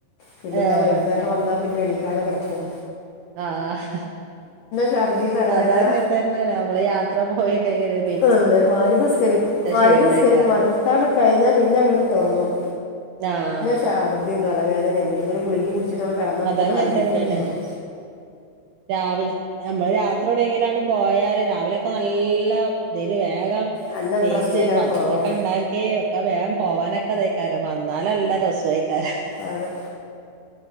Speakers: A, on the left; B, on the right.
A: പിന്നെന്താ
B: ഏഹ്
A: വൈകുന്നേ ഇവടെ വന്നാ പിന്നെ എണീക്കാതെ കെടക്കും.
B: ആഹ്
A: ഛർദി തലവേദന
B: അതങ്ങനെ തന്നാണ് നമ്മള് യാത്ര പോയിണ്ടെങ്കില്.
A: ആ അതെ മഹ്രിബ് നിസ്കരിക്കും
B: ക്ഷീണേക്കാരം
A: മഹരിബ് നിസ്കാരം‌ കഴിഞ്ഞാൽ പിന്നെ അങ്ങോട്ട് തൊടങ്ങും
B: ആഹ്
A: ശർദിം തല വേദനിം പിന്നോര് ഗുളികിംകുടിച്ചിട്ട് അട്കടന്ന
B: അതങ്ങനെ
A: പിന്നെ നാല് മണിക്
B: തന്നെയാണ്
A: എണിക്കുളു.
B: രാവിൽ നമ്മള് യത്രടൊങ്ങിങ്കട്‌ പോയാല് രാവിലൊക്കെ നല്ല ത്തില് വേഗം
A: നല്ല ഇൻട്രസ്റ്റ്
B: ണീച്ച്
A: ആയിക്കാണ്
B: ഭക്ഷണൊക്കെണ്ടാക്കി
A: പോവാന്
B: ഒക്കെ വേഗം പോവാനൊക്കെ തീക്കാലോ വന്നാലല്ലേ നല്ല രസംആയികരം.
A: അതെ